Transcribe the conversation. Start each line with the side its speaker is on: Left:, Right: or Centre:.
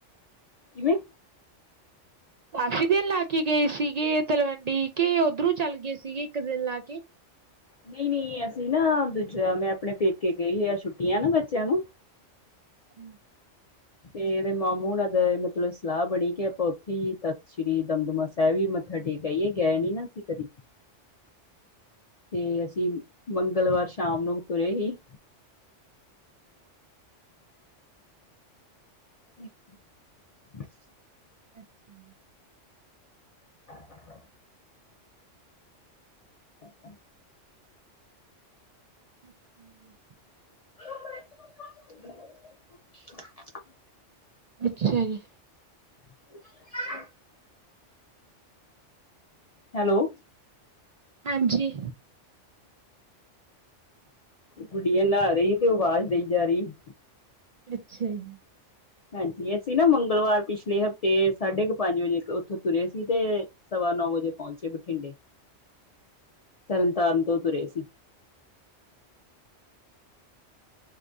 Left: ਕਿਵੇਂ
Right: ਕਾਫੀ ਦਿਨ ਲਾ ਕੇ ਗਏ ਸੀਗੇ ਤਲਵੰਡੀ ਕੇ ਉਧਰੋਂ ਚੱਲ ਗਏ ਸੀਗੇ ਇੱਕ ਦਿਨ ਲਾ ਕੇ
Left: ਨਹੀਂ ਨਹੀਂ ਅਸੀਂ ਨਾ ਦੂਜਾ ਮੈਂ ਆਪਣੇ ਪੇਕੇ ਗਈ ਹ ਆ ਛੁੱਟੀਆਂ ਨਾ ਬੱਚਿਆਂ ਨੂੰ
Right: ਹਮ
Left: ਤੇ ਇਹਦੇ ਮਾਮੂ ਨਾਲ ਗਏ ਮਤਲਬ ਸਲਾਹ ਬਣੀ ਕਿ ਆਪਾਂ ਉੱਥੇ ਹੀ ਤੱ ਸ੍ਰੀ ਦਮਦਮਾ ਸਾਹਿਬ ਵੀ ਮੱਥਾ ਟੇਕਿ ਆਈਏ ਇਹ ਗਏ ਨੀ ਨਾ ਅਸੀਂ ਕਦੇ ਤੇ ਅਸੀਂ ਮੰਗਲਵਾਰ ਸ਼ਾਮ ਨੂੰ ਤੁਰੇ ਹੀ ਠੀਕ
Right: ਅੱਛਾ
Left: ਅੱਛਾ <unintelligible> ਅੱਛਾ <unintelligible>
Right: ਅੱਛਾ ਜੀ
Left: <unintelligible>
Right: ਅੱਛਾ ਜੀ
Left: <unintelligible> ਹੈਲੋ
Right: ਹਾਂਜੀ
Left: ਗੁੜੀਆਂ ਨਹਾ ਰਹੀ ਤੇ ਉਹ ਆਵਾਜ਼ ਦਈ ਜਾ ਰਹੀ
Right: ਅੱਛਾ ਜੀ
Left: ਹਾਂਜੀ ਅਸੀਂ ਨਾ ਮੰਗਲਵਾਰ ਪਿਛਲੇ ਹਫ਼ਤੇ ਸਾਢੇ ਕੁ ਪੰਜ ਵਜੇ ਉੱਥੋਂ ਤੁਰੇ ਸੀ ਤੇ ਸਵਾ ਨੌ ਵਜੇ ਪਹੁੰਚੇ ਬਠਿੰਡੇ ਤਰਨ ਤਾਰਨ ਕਦੋ ਤੁਰੇ ਸੀ